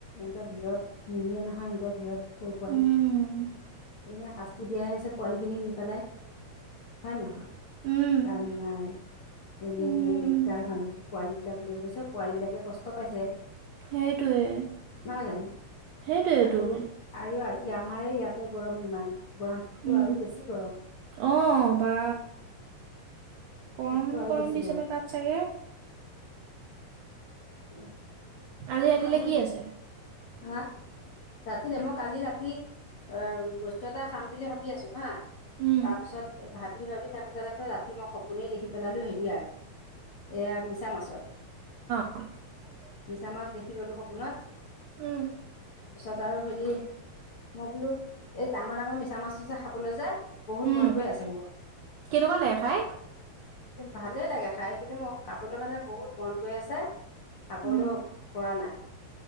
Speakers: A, on the left (about 65°); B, on the right (about 80°).
A: ক ভিৰত নিনিয়ে নহয় এনেকুৱা ভিৰত সৰু পোৱালি
B: উম
A: এনে শাস্তি, যে দিয়াহে হৈছে পোৱালি খিনিক নিপেলাই হয় নহয়
B: উম
A: কাম নাই এনে
B: উম
A: এনে বেকাৰ মানুহ পোৱালী বিলাক লৈ গৈছে পোৱালী বিলাকে কষ্ট পাইছে
B: সেইটোৱে
A: নাই জানো
B: সেইটোৱেটো
A: আৰু আৰু আমাৰে ইয়াতে গৰম ইমান গুৱাহাটীততো
B: উম!
A: আৰু বেছি গৰম
B: অহ বা। কম
A: তাততো আৰু
B: গৰম
A: বেছি
B: দিছে ন তাত চাগে
A: উ
B: আজি ৰাতিলে
A: আমি
B: কি আছে
A: হা ৰাতিলে মই কালি ৰাতি অ বস্তু এটা খাম বুলি ভাবি আছো হা
B: উম
A: তাৰ পিছত ভাবি ভাবি থাকোতে থাকোতে ৰাতি মই স আপুনে দেখি পেলালোঁ হেৰিয়াৰ এয়া মিছা মাছৰ
B: <unintelligible>
A: মিছা মাছ দেখি গলোঁ সপোনত।
B: উম
A: তাৰ হেৰি মই বোলো এই ডাঙৰ ডাঙৰ মি চামাছ চচা খাবলৈ যায় বহুত
B: উম
A: মন গৈ আছে মোৰ
B: কেনেকুৱা লাগে খাই?
A: ভালেই লাগে খাইখিনি মোৰ খাবলৈ মানে বহুত মন গৈ আছে, খাবলৈ
B: উম।
A: পৰা নাই। <unintelligible>